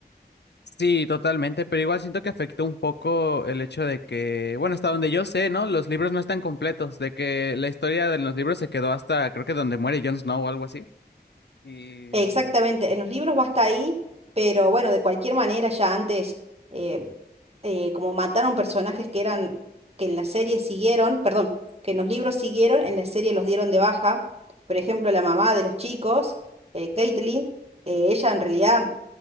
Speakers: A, on the left (about 80°); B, on the right (about 35°).
A: Sí, totalmente, pero igual siento que afectó un poco el hecho de que, bueno, hasta donde yo sé, ¿no? Los libros no están completos, de que la historia de los libros se quedó hasta, creo que donde muere Jon Snow o algo así. Y
B: Exactamente,
A: um,
B: en los libros va hasta ahí, pero bueno, de cualquier manera ya antes, eh, eh, como mataron personajes que eran, que en la serie siguieron, perdón, que en los libros siguieron, en la serie los dieron de baja. Por ejemplo, la mamá de los chicos, eh, Caitlyn, eh, ella en realidad